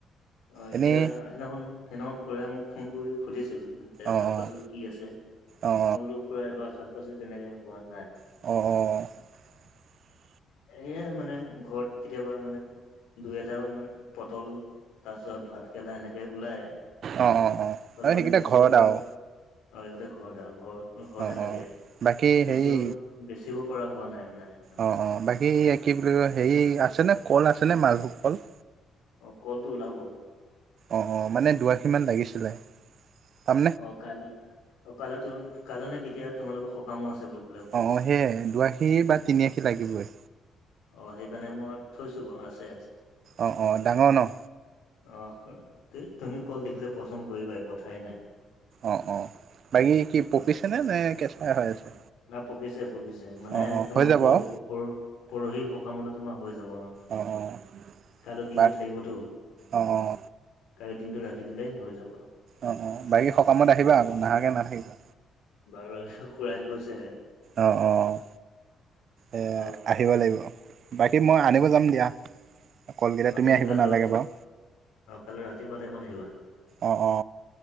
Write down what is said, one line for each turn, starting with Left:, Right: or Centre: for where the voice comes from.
Left: অ',
Right: এনেই
Left: এতিয়া সেইদিনাখন-সেইদিনাখন খুৰাই মোক ফোন কৰি সুধিছিল, যে
Right: অঁ
Left: শাক-পাচলি
Right: অঁ
Left: কি আছে। মই
Right: অঁ
Left: বোলো খুৰা এইবাৰ শাক-পাচলি তেনেকে হোৱা নাই।
Right: অ', অ', অ'।
Left: এইয়া মানে ঘৰত কেতিয়াবা মানে দুই এটা মানে পটল তাৰপাছত ভাত কেৰেলা এনেকে ওলাই।
Right: অ', অ', অ',
Left: হ'লেও
Right: আৰু
Left: মানে
Right: সেইকেইটা
Left: বেচিব
Right: ঘৰত
Left: পৰা
Right: আৰু।
Left: অ', এইকেইটা ঘৰত আৰু ঘৰত ঘৰতে
Right: অঁ
Left: লাগে,
Right: অঁ বাকী হেৰি
Left: বেছিও বেচিব পৰা হোৱা নাই নাই। মানে
Right: অ', অ', বাকী কি বুলি কয় হেৰি আছেনে ক'ল আছেনে মালভোগ ক'ল?
Left: অ', ক'লটো ওলাব।
Right: অ', অ', মানে দুআশীমান লাগিছিলে, তাৰ
Left: অ', কাল অ', কাইলৈ কাইলৈ নে কেতিয়া তোমালোকৰ সকামো আছে বোলে।
Right: অ', অ', সেয়াই দুআশী বা তিনিআশী লাগিবই।
Left: অ' সেইকাৰণে মই থৈছোঁ বাৰু আছে আছে।
Right: অ' অ' ডাঙৰ ন?
Left: অ' এই তুমি কল দেখিলে পচন্দ কৰিবাই, এই কথাই নাই।
Right: অ' অ' বাকী কি পকিছেনে
Left: অ
Right: নে কেঁচা হৈ আছে?
Left: না পকিছে পকিছে মানে
Right: অঁ অঁ
Left: তোমাৰ
Right: হৈ যাব
Left: প
Right: আৰু
Left: প পৰহি সকামলৈ তোমাৰ হৈ যাব আহ।
Right: অঁ অঁ
Left: কাইলৈ দিনটো
Right: বা
Left: থাকিবতো।
Right: অঁ অঁ
Left: কাইলৈ দিনটো ৰাখি দিলেই হৈ যাব।
Right: অ' অ' বাকী সকামত আহিবা আকৌ নাহাকৈ নাথাকিবা।
Left: বাৰু খুৰাই কৈছে।
Right: অ' অ' এই
Left: আৰু
Right: আহিব লাগিব। বাকী মই আনিব যাম দিয়া। কলকেইটা
Left: অ' তুমি
Right: আহিব
Left: কাললৈ
Right: নালাগে বাৰু
Left: কাইলৈ ৰাতিপুৱা টাইমত আহিবা।
Right: অ অ